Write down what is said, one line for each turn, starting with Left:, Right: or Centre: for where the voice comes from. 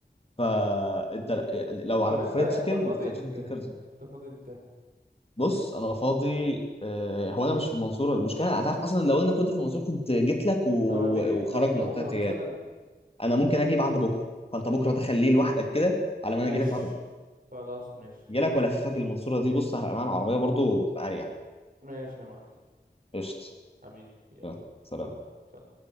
Left: فانت ل- يعني لو
Right: طب
Left: على
Right: انت
Left: فرايد
Right: انت
Left: تشيكن
Right: فاضي
Left: فتشيكن
Right: امتى
Left: كيكرز
Right: انت فاضي امتى
Left: بص انا فاضي آه، هو انا مش في المنصوره المشكله هتعرف اصلا لو انا كنت في المنصوره كنت جيت لك و...
Right: طب هتيجي
Left: وخرجنا
Right: امتى هتيجي بكره
Left: بتاعت
Right: مثلا
Left: انا ممكن اجي بعد بكره فانت بكره تخليه لوحدك كده على ما
Right: ماشي
Left: انا اجي لك بعد بكره
Right: خلاص ماشي
Left: اجي لك والففك المنصوره دي بص هبقى معايا العربيه برضو وتبقى اريح
Right: ماشي يا معلم
Left: قشط
Right: حبيبي يلا
Left: يلا سلام
Right: سلام سلام